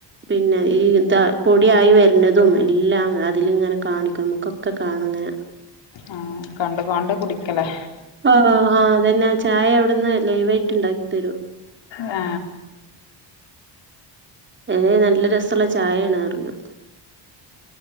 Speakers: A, on the right (about 25°); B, on the left (about 70°).
A: പിന്നെ ഈന്താ പൊടിയായി വരുന്നതും എല്ലാം അതിൽ ഇങ്ങനെ കാണിക്കും നമുക്കൊക്കെ കാണാങ്ങനെ.
B: ആ കണ്ട്കോണ്ട് കുടിക്കലേ
A: ആ ആ അതെന്നെ ചായ അവിടുന്ന് ലൈവായിട്ട് ഉണ്ടാക്കി തരും.
B: ആ
A: ഏയ് നല്ല രസമുള്ള ചായയാണ് അറിഞ്ഞു.